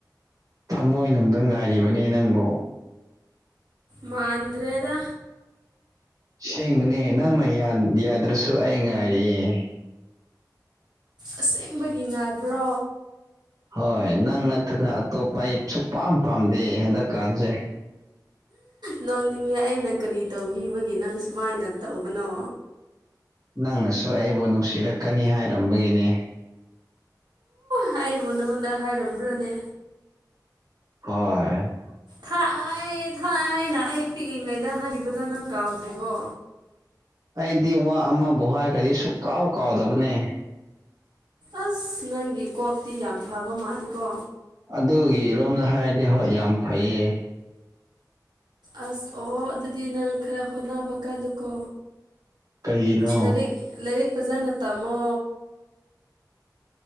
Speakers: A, on the right; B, on the right.
A: ꯊꯃꯣꯏ ꯅꯨꯡꯗ ꯉꯥꯏꯔꯤꯕꯅꯦ ꯅꯪꯕꯨ
B: ꯃꯥꯟꯗ꯭ꯔꯦꯗ
A: ꯁꯦꯡꯕꯅꯦ ꯅꯪꯅ ꯌꯥꯗ꯭ꯔꯁꯨ ꯑꯩ ꯉꯥꯏꯔꯤꯌꯦ
B: ꯑꯁꯦꯡꯕꯒꯤ ꯉꯥꯏꯕ꯭ꯔꯣ
A: ꯍꯣꯏ ꯅꯪ ꯅꯠꯇꯅ ꯑꯇꯣꯞꯄ ꯑꯩ ꯁꯨꯛꯄꯥꯝ ꯄꯥꯝꯗꯦ ꯍꯟꯗꯛꯀꯥꯟꯁꯦ
B: ꯅꯣꯡꯅꯤꯡꯉꯦ ꯑꯩꯅ ꯀꯔꯤ ꯇꯧꯕꯤꯕꯒꯤ ꯅꯪ ꯁꯨꯃꯥꯏꯅ ꯇꯧꯕꯅꯣ
A: ꯅꯪꯅꯁꯨ ꯑꯩꯕꯨ ꯅꯨꯡꯁꯤꯔꯛꯀꯅꯤ ꯍꯥꯏꯔꯝꯕꯒꯤꯅꯦ
B: ꯍꯥꯏꯕꯨ ꯅꯉꯣꯟꯗ ꯍꯥꯏꯔꯝꯕ꯭ꯔꯅꯦ
A: ꯍꯣꯏ
B: ꯊꯥꯏ ꯊꯥꯏꯅ ꯑꯩ ꯄꯤꯛꯏꯉꯩꯗ ꯍꯥꯏꯈꯤꯕꯗꯣ ꯅꯪ ꯀꯥꯎꯗ꯭ꯔꯤꯕꯣ
A: ꯑꯩꯗꯤ ꯋꯥ ꯑꯃꯕꯨ ꯍꯥꯏꯔꯈ꯭ꯔꯗꯤ ꯁꯨꯛꯀꯥꯎ ꯀꯥꯎꯗꯕꯅꯦ
B: ꯑꯁ ꯅꯪꯒꯤ ꯀꯣꯛꯇꯤ ꯌꯥꯝ ꯐꯕ ꯃꯥꯜꯂꯤ ꯀꯣ
A: ꯑꯗꯨꯒꯤꯔꯣꯝꯗ ꯍꯥꯏꯔꯗꯤ ꯍꯣꯏ ꯌꯥꯝ ꯐꯩꯌꯦ
B: ꯑꯁ ꯑꯣ ꯑꯗꯨꯗꯤ ꯅꯪ ꯈꯔ ꯍꯣꯠꯅꯕ ꯀꯜꯂꯨꯀꯣ
A: ꯀꯩꯒꯤꯅꯣ
B: ꯂꯥꯏꯔꯤꯛ ꯂꯥꯏꯔꯤꯛ ꯐꯖꯅ ꯇꯝꯃꯣ